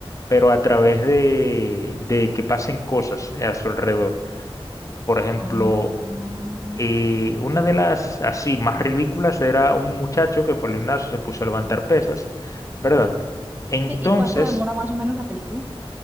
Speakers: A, on the left (about 35°); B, on the right (about 20°).
A: pero a través de, de que pasen cosas a su alrededor. Por ejemplo,
B: ah.
A: eh, una de las así más ridículas era un muchacho que fue al gimnasio, se puso a levantar pesas, ¿verdad? Entonces...
B: Sí, ¿Y cuánto demora más o menos la película?